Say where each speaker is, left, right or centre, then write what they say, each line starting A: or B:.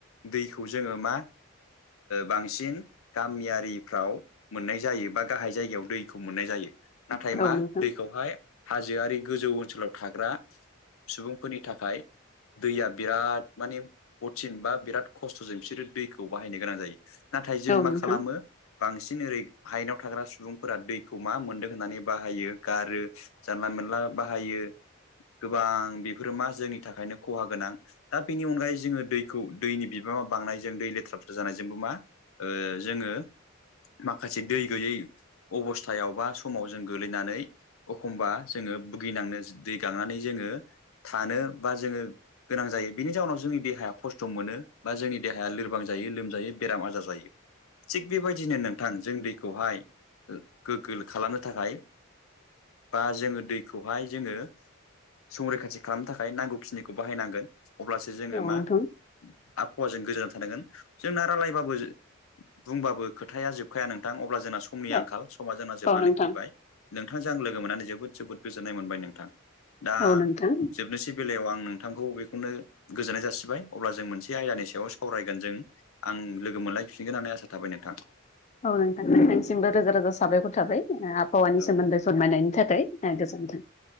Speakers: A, on the left; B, on the left.
A: दैखौ जोङो मा बांसिन गामियारिफ्राव मोननाय जायो बा गाहाय जायगायाव दैखौ मोननाय जायो। नाथाय मा
B: औ नोंथां
A: दैखौहाय हाजोआरि गोजौ ओनसोलाव थाग्रा सुबुंफोरनि थाखाय दैया बिराद माने कतिन बा बिराद खस्थ'जों बिसोरो दैखौ बाहायनो गोनां जायो। नाथाय जों
B: औ
A: मा
B: नोंथां
A: खालामो बांसिन ओरै हायेनाव थाग्रा सुबुंफोरा दैखौ मा मोनदों होननानै बाहायो गारो जानला मोनला बाहायो गोबां बेफोरो मा जोंनि थाखायनो खहा गोनां दा बेनि अनगायै जोङो दैखौ दैनि बिबां बांनायजों दै लेथ्रा लेथ्रा जानायजोंबो मा जोङो माखासे दै गैयै अबस्थायाव बा समाव जों गोलैनानै एखमबा जोङो भुगिनांनो दै गांनानै जोङो थानो बा जोङो गोनां जायो बिनि जाउनाव जोंनि देहाया खस्थ' मोनो बा जोंनि देहाया लोरबां जायो लोमजायो बेराम आजार जायो थिग बेबायदिनो नोंथां जों दैखौहाय गोगो खालामनो थाखाय बा जोङो दै खौहाय जोङो संरैखाथि खालामनो थाखाय नांगौखिनिखौ बाहायनांगोन अब्लासो जोङो
B: औ
A: मा
B: नोंथां
A: आबहावाजों गोजोना थानांगोन जोंना रायलायबाबो बुंबाबो खोथाया जोबखाया नोंथां अब्ला जोंना समनि
B: औ
A: आंखाल समा जोंना जोबनानै
B: औ नोंथां
A: फैबाय नोंथांजों आं लोगो मोननानै जोबोद जोबोद गोजोननाय मोनबाय नोंथां दा
B: औ नोंथां औ नोंथां
A: जोबनोसै बेलायाव आं नों नोंथांखौ बेखौनो गोजोननाय जासिबाय अब्ला जों मोनसे आयदानि सायाव सावरायगोन जों आं लोगो मोनलाय नायफिनगोन होना आसा थाबाय नोंथां
B: औ नोंथां नोंथांनिसिमबो रोजा रोजा साबायखर थाबाय आबहावानि
A: औ
B: सोमोन्दै फोरमायनायनि थाखाय ए गोजोनथों